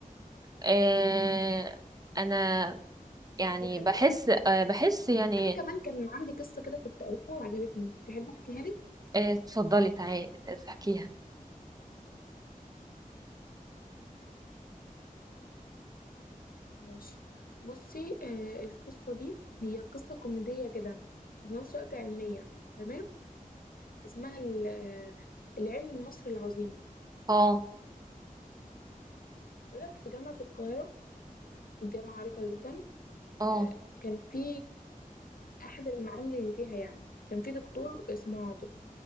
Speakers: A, on the right (about 25°); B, on the left (about 85°).
A: آه... انا يعني
B: دي حقيقة
A: بحس آه بحس يعني
B: انا كمان كان عندي قصة كده كنت قريتها وعجبتني تحب احكيها لك
A: آه، اتفضلي تعالي احكيها
B: ماشي بصي آه القصة دي هي قصة كوميدية كده وفي نفس الوقت علمية تمام اسمها ال- آه، العلم المصري العظيم
A: اه
B: يقولك في جامعة القاهرة الجامعة عريقة جدا
A: اه
B: آه كان في أحد المعامل اللي فيها يعني كان في دكتور اسمه عاطف